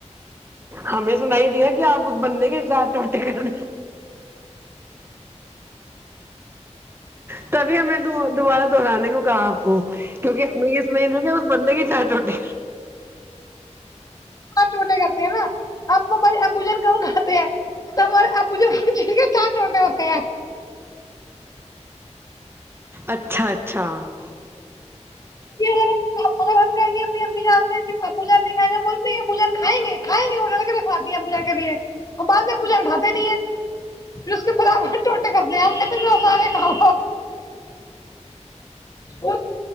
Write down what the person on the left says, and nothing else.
چار چوٹے کرتے ہیں نا اب ہمارے ابو جن کہوں کھاتے ہیں تو ہمارے ابو جن چار چوٹے ہوتے ہیں
یہ اگر ہم کہیں گے اپنی امی جان سےپوجان نہیں کھائے گا بولتے یہ پوجن کائیں گے کھیں گے انہ کھاادیا مریں کے لیے <unintelligible> ہم بد میں مجھے اٹاتے نہیں ہیں پھر اس کے پرا ک کر د آ ہم کہتے بھی سارے کھاؤ ا